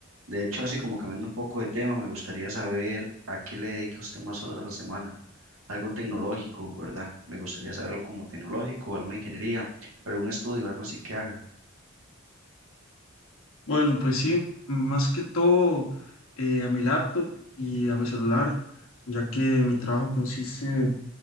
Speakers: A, on the right; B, on the left.
A: De hecho, así como cambiando un poco de tema, me gustaría saber a qué le dedica usted más horas a la semana. Algo tecnológico, ¿verdad? Me gustaría saber algo como tecnológico, alguna ingeniería, algún estudio, algo así que haga.
B: Bueno, pues sí, más que todo eh, a mi laptop y a mi celular, ya que mi trabajo consiste